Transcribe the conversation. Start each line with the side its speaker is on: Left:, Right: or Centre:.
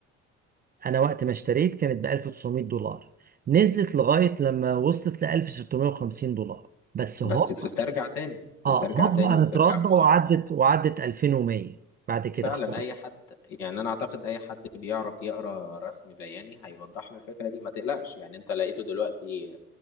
Right: انا وقت ما اشتريت كانت ب 1900 دولار نزلت لغاية لما وصلت ل 1650 دولار بس
Left: بس
Right: هو
Left: بترجع تاني
Right: اه
Left: بترجع
Right: هبقى
Left: تاني وبترجع
Right: مترضع
Left: بسرعة
Right: وعدت وعدت 2100 بعد كده
Left: فعلا
Right: خلاص
Left: اي حد يعني انا اعتقد اي حد بيعرف يقرا رسم بياني هيوضح له الفكره دي ما تقلقش يعني انت لقيته دلوقتي